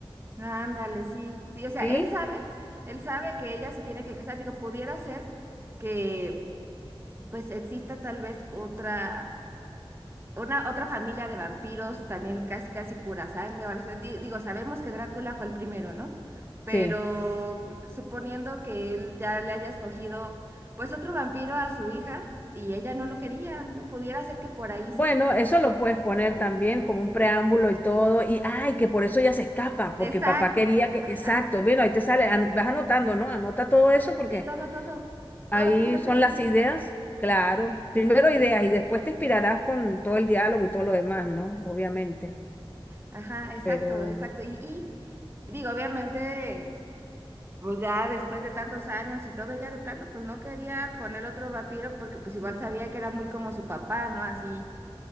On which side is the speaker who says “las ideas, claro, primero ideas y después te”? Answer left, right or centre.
Left